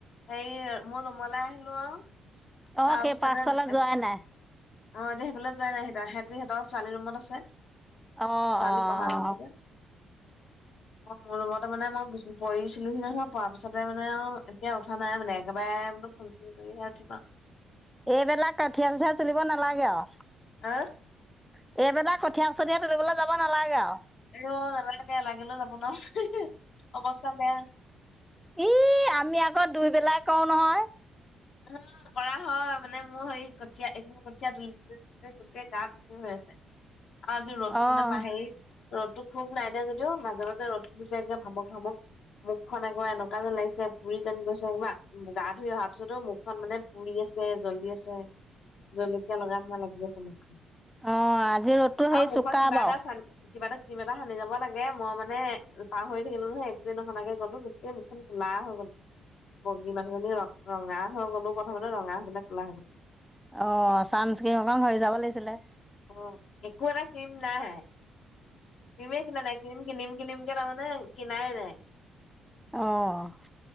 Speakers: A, on the left (about 65°); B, in the centre.
A: হেৰি মোৰ ৰুমলৈ আহিলো আৰু।
B: অঁ
A: তাৰপিছতে
B: সেই পাঠশালা
A: <unintelligible>
B: যোৱাই নাই
A: অ', এতিয়া সেইফালে যোৱাই নাই হেতা। সেহঁতি, সিহঁতৰ ছোৱালী ৰুমত আছে।
B: অঁ
A: ছোৱালী
B: অঁ
A: পঢ়া ৰূমটোতে।
B: অঁ
A: অ', মোৰ ৰূমতে মানে মই বিচ পৰিছিলোহি নহয়। পৰা পিছতে মানে আৰু এতিয়া উঠা নাই মানে। একেবাৰে <unintelligible> কৰিহে উঠিম আও।
B: এইবিলাক কঠিয়া চঠিয়া তুলিব নালাগে আৰু।
A: আহ
B: এইবিলাক কঠীয়া চঠিয়া তুলিবলৈ যাব নালাগে আৰু।
A: ইও, নালাগে। লাগিলেও যাব নোৱাৰো। অৱস্থা বেয়া।
B: ই আমি আকৌ দুইবেলাই কওঁ নহয়।
A: অ', কৰা হয়। মানে মোৰ হেৰি কঠীয়া <unintelligible> কঠীয়া তুলিবলৈ গৈ গোটেই গা পুতি হৈ আছে। ছে। আজি ৰ'দটো
B: অঁ
A: নেপাই হেৰি, ৰ'দটো খুব নাই দিয়া যদিও, মাজে মাজে ৰ'দটো দিছে। একদম ভমক ভমক মুখখন একেবাৰে এনেকুৱা যেন লাগিছে। পুৰি যেন গৈছে। উআ, গা ধুই অহা তাৰপিছতো মুখখন মানে পুৰি আছে, জ্বলি আছে। জলকীয়া লগা যেন লাগি আছে মুখখন।
B: অঁ আজি ৰ'দটো হেৰি
A: আৰু মুখত
B: চোকা
A: কিবা
B: বাৰু
A: এটা চ কিবা এটা <unintelligible> এটা সানি যাব লাগে মই মানে পাহৰি থাকিলো নহে একোৱে নশনাকে গলো গোটেই মুখখন কোলা হৈ গল বগী মানুহজনী ৰ ৰঙা হৈ গ'লো প্ৰথমতে ৰঙা হৈবিলাক কোলা হৈ গলো।
B: অ' চানস্কিম অকমান ঘহি যাব লাগিছিলে।
A: অ' একো এটা ক্ৰীম নাই ক্ৰীমে কিনা নাই ক্ৰীম কিনিম। কি নিমকে ন মানে কিনাই নাই।
B: অ'